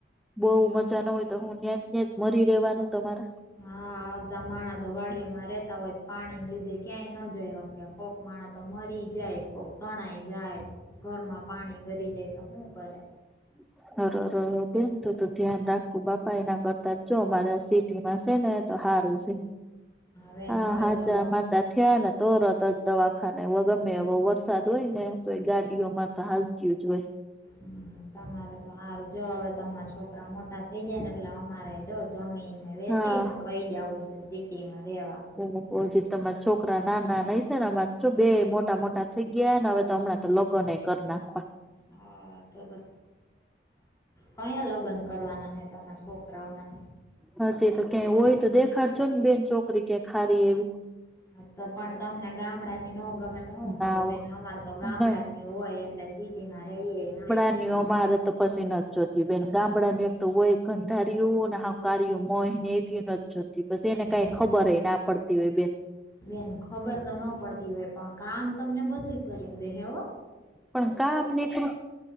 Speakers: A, in the centre; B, on the left.
A: બઉુ મજા ન હોય તો, હું ન્યાજ ન્યાજ મરી રહેેવાનું તમારે.
B: હા અડધા માણાતો વાડીઓમાં રેતા હોય, પાણીને લીધે ક્યાંય ન જોઈ હકે, કોક માણતો મરી જાય, કોક તણાઈ જાય, ઘરમાં પાણી ગરી જાય તો, હુ કરે?
A: <inaudible> અરર બેન તો તો ધ્યાન રાખું, બાપા એના કરતા જો મારા સિટીમાં છે ને. તો સારું છે,
B: બેન
A: હા
B: હવે
A: હાજા
B: તો
A: માંદા થયાને, તોરતજ દવાખાને, વગર મેવો વશ સાદ હોય ને, તો એ ગાડીઓમાં તો હાલતી જ હોય.
B: હમ, તમારે તો હારું, જો હવે તમારા છોકરા મોટા થઇ જાય ને, એટલે અમારે જો જમીન વેચી
A: હા.
B: ને, વહી જવું છે સિટી માં રેવા.
A: નાના બોલજે તમારા છોકરા નાના નઈ છે ને અમારે બે મોટા મોટા થઈ ગયા, ને હવે તો હમણાં તો લગન એ કરના.
B: હા તો તો, કયાં લગ્ન કરવાના હે, તમારા છોકરાઓના.
A: હજીતો ક્યાંય હોય તો, દેખાડ છો ને બેન છોકરી ક્યા હારી એવી
B: હા તો પણ તમને ગામડા ની ન ગમે હું
A: ના
B: કરું
A: હો
B: બેન અમાર તો ગામડા
A: નઈ.
B: ની હોય એટલે સિટીમાં રહીએ નય
A: મા તો પછી નથી જોતી બેન ગામડાનું એક તો હોય ગંધારયને હકાર્યું હોય. ને એવી નથી જોતીસ એને
B: હવે
A: કઈ ખબરય ના પડતી હોય બેન
B: બેન ખબર તો ન પડતી હોય પણ કામ તમને બધું કરીને દે હવ
A: પણ ક નેકૃત